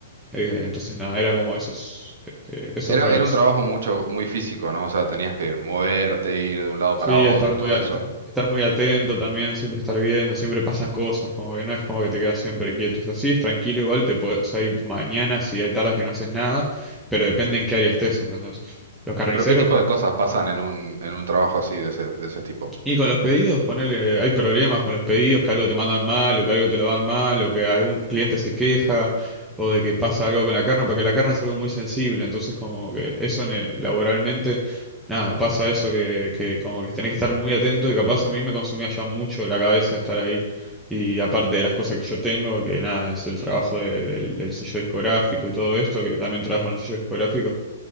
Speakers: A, in the centre; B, on the right (about 70°).
A: Eh, entonces, nada, era como esos, eh, esos
B: Era,
A: roles.
B: era un trabajo mucho, muy físico, ¿no? O sea, tenías que moverte, ir de un lado
A: Sí,
B: para otro,
A: estar muy,
B: todo
A: a-
B: eso.
A: esta- estar muy atento también, siempre estar viendo, siempre pasan cosas, como que no es como que te quedas siempre quieto. O sea, sí, es tranquilo igual, te podés- o sea, hay mañanas y hay tardes que no haces nada, pero depende en qué área estés, entonces. Los carniceros
B: Pero ¿qué tipo de cosas pasan en un, en un trabajo así de ese, de ese tipo?
A: Y con los pedidos, ponele, hay problemas con los pedidos, que algo te mandan mal, o que algo te lo dan mal, o que algún cliente se queja, o de que pasa algo con la carne, porque la carne es algo muy sensible, entonces como que eso en el- laboralmente, nada, pasa eso que, que como que tenés que estar muy atento y capaz a mí me consumía ya mucho la cabeza estar ahí. Y aparte de las cosas que yo tengo, que nada, es el trabajo de- del, del sello discográfico y todo esto, que también trabajo en un sello discográfico